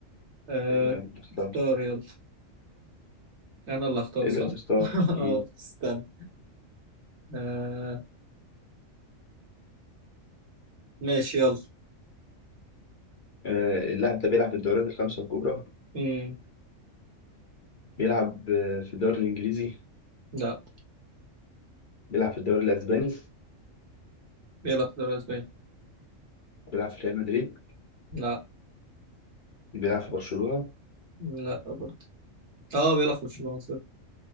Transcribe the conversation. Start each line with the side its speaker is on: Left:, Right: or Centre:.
Right: آه
Left: يلا اختار
Right: اختار يلا انا اللي اختار
Left: انت
Right: صح؟
Left: اللي تختار
Right: <laughs>
Left: مم.
Right: اه استنى آه ماشي يلا
Left: آه، اللاعب ده بيلعب في الدوريات الخمسة الكبرى
Right: مم،
Left: بيلعب آه، في الدوري الإنجليزي
Right: لا
Left: بيلعب في الدوري الأسباني
Right: بيلعب في الدوري الاسباني
Left: بيلعب في ريال مدريد
Right: لا
Left: بيلعب في برشلونة
Right: لا برضه اه بيلعب في برشلونة صح.